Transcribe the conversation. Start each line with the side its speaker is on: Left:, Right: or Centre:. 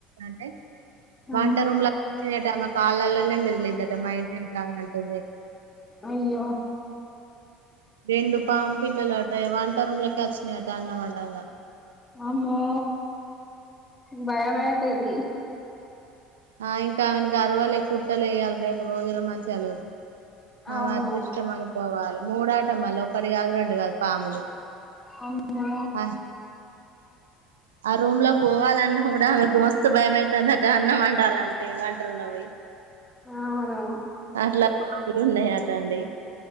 Right: అంటే
Left: ఆ
Right: వంట రూమ్ల తినేటామె కాళ్ళలుల్లే మెదిలిందట మా ఇంటి ఎనకామె అంటుంది
Left: అయ్యో
Right: రెండు పామ్ పిల్లలు అట వంట రూమ్లోకి వచ్చినీయట అన్నం వండగ
Left: అమ్మో భయామైతది
Right: ఆ ఇంకా ఆమెకి కర్వాలే కుట్టలే ఇయల రేపు రోజులు మంచిగలేవు ఆమె
Left: అవును
Right: అదృష్టం అనుకోవాలి మూడు అట మళ్ళీ ఒకటి కాదు రెండు కాదు పాములు
Left: అమ్మో
Right: ఆ ఆ రూమ్లోకి పోవాలన్నా కూడా ఆమెకు మస్తు భయమై తాందట అన్నం వండాలంటే వంట రూమ్లో పోయి
Left: అవునవును
Right: అట్లా పాములు ఉన్నాయట అండి